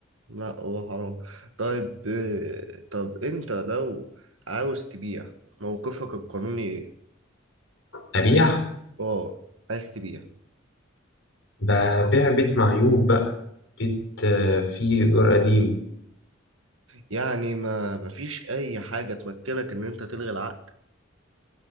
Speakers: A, on the right; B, on the left.
A: لا هو حرام طيب آه، طب انت لو عاوز تبيع موقفك القانوني ايه؟
B: ابيع
A: اه عايز تبيع
B: ببيع بيت معيوب بقى بيت آه، فيه ايجار قديم
A: يعني ما مفيش اي حاجة تمكنك ان انت تلغي العقد